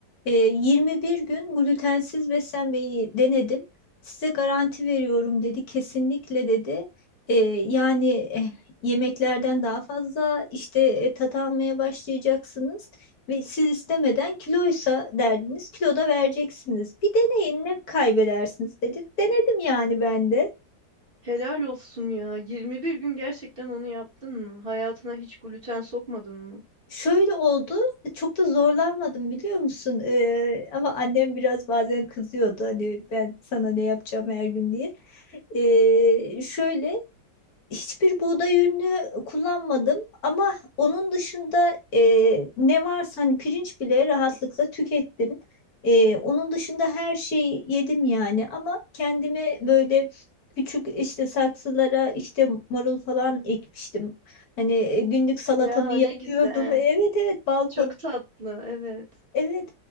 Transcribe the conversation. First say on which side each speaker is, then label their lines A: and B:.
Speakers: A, on the left (about 60°); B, on the right (about 35°).
A: E, 21 gün glutensiz beslenmeyi denedim. Size garanti veriyorum dedi. Kesinlikle dedi. E, yani eh, yemeklerden daha fazla işte e, tat almaya başlayacaksınız ve siz istemeden kiloysa derdiniz kilo da vereceksiniz. Bir deneyin ne kaybedersiniz dedi. Denedim yani ben de.
B: Helal olsun ya. 21 gün gerçekten onu yaptın mı? Hayatına hiç gluten sokmadın mı?
A: Şöyle oldu, çok da zorlanmadım biliyor musun? Ee, ama annem biraz bazen kızıyordu hani ben sana ne yapacağım her gün diye. Ee, şöyle Hiçbir buğday ürünü kullanmadım ama onun dışında e, ne varsa hani pirinç bile rahatlıkla tükettim. E, onun dışında her şeyi yedim yani ama kendime böyle küçük işte saksılara işte marul falan ekmiştim. Hani e, günlük salatamı
B: Ya
A: yapıyordum.
B: ne güzel.
A: Evet evet balkon
B: Çok tatlı evet.
A: Evet